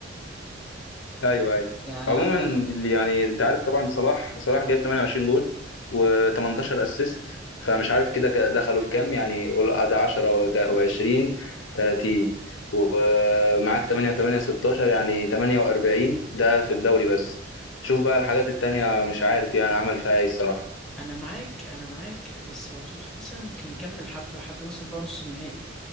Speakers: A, on the left; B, in the centre.
A: ايوه ايوه
B: يعني
A: عموما
B: عندك
A: اللي يعني انت عارف طبعا صلاح صلاح جايب 28 جول و18 اسيست فمش عارف كده ك- دخلوا في كام يعني قول ده 10 و20 30 ومعاك 8 و8 16 يعني 48 ده في الدوري بس شوف بقى الحاجات التانية مش عارف يعني عمل فيها ايه الصراحة
B: انا معاك انا معاك بس لو صلاح مثلا كان كمل حتى لحد مثلا بقى نص النهائي